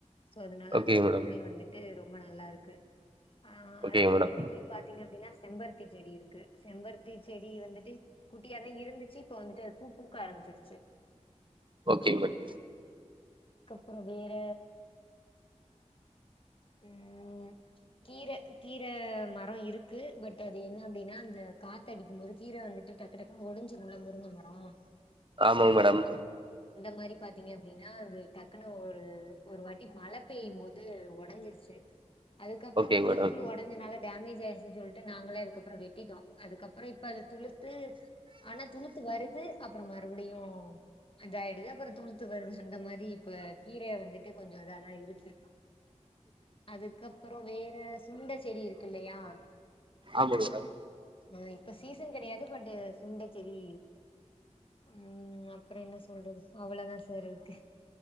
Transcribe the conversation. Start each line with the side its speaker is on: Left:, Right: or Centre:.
Left: சோ அதுனால
Right: ஓகேங்க
Left: அந்த
Right: மேடம்
Left: பூவுமே வந்துட்டு ரொம்ப நல்லா இருக்கு ஆ
Right: ஓகேங்க
Left: அத
Right: மேடம்
Left: விட்டுட்டு பாத்தீங்க அப்டின்னா செம்பருத்தி செடி இருக்கு செம்பருத்தி செடி வந்து குட்டிய தான் இருந்துச்சு பூ பூக்க ஆரம்பிச்சிருச்சு
Right: ஓகேங் மேடம்
Left: அப்புறம் வேற உம் கீர கீர மரம் இருக்கு பட் அது என்ன அப்படின்னா அது எண்ண காத்துஅடிக்கும்போது கீர வந்துட்டு டக்கு டக்குனு ஒடிஞ்சுரும்லா முருங்க மரம் ஆஹ்
Right: ஆமாம் மேடம்
Left: மாரி பாத்தீங்க அப்படின்னா அது டக்குனு ஒரு ஒரு வாட்டி மழ பெய்யும் போது இது வட் நனஞ்சிருச்சு அதுக்கப்புறம்
Right: ஓகேங்க
Left: ஃபுல்
Right: மேடம்
Left: அண்ட் ஃபுல் உடஞ்சனால டேமேஜ் ஆயிடுச்சன்னு சொல்லிட்டு நாங்களே அதுக்கப்புறம் வெட்டிட்டோம் அதுக்கப்புறம் இப்ப அது துளுத்து ஆனா துளுத்து வருது அப்புறம் மறுபடியும் இதாயி இதப்பாரு துளுத்து வருது சொன்ன மாரி இப்ப கீரைய வந்துட்டு கொஞ்சம் இதான் இரு விடுட் அது அப்புறம் வேற சுண்ட செடி இருக்கு இல்லையா
Right: ஆமாங்க மேடம்
Left: ஆஹ் இப்ப சீசன் கிடையாது பட் சுண்டை செடி உம் அப்புறம் என்ன சொல்றது அவ்வளவுதான் சார் இருக்கு